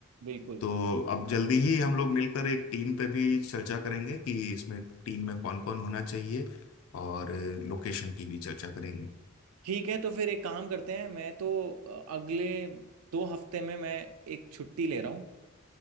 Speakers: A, on the right; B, on the left.
A: बिल्कुल
B: तो अब जल्दी ही हम लोग मिलकर एक टीम पे भी चर्चा करेंगे कि इसमें टीम में कौन कौन होना चाहिए और लोकेशन की भी चर्चा करेंगे
A: ठीक है तो फिर एक काम करते हैं मैं तो अ, अगले दो हफ्ते में मैं एक छुट्टी ले रहा हूँ